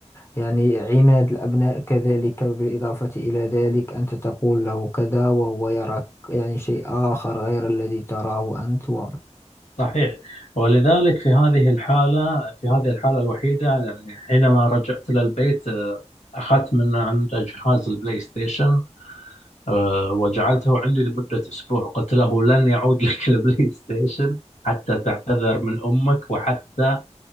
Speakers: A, on the left; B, on the left.
A: يعني عناد الأبناء كذلك بالإضافة إلى ذلك أنت تقول له كذا وهو يراك يعني شيء آخر غير الذي تراه أنت و...
B: صحيح ولذلك في هذه الحالة في هذه الحالة الوحيدة يعني حينما رجعت إلى البيت آه، أخذت من عنده جهاز البلاي ستيشن أه وجعلته عندي لمدة أسبوع قلت له لن يعود لك <laughs> البلاي ستيشن حتى تعتذر من أمك وحتى